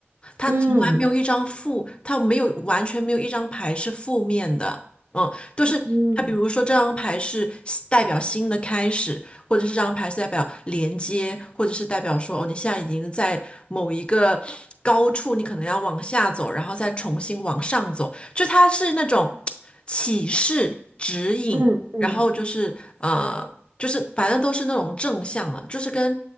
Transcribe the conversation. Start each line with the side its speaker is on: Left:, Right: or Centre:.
Left: 它从来没有一张负，
Right: 嗯
Left: 它没有完全没有一张牌是负面的，嗯，都是它，
Right: 嗯
Left: 比如说这张牌是代表新的开始，或者是这张牌是代表连接，或者是代表说哦，你现在已经在某一个高处，你可能要往下走，然后再重新往上走。就它是那种启示、指引，
Right: 嗯嗯嗯。
Left: 然后就是呃，就是反正都是那种正向了，就是跟，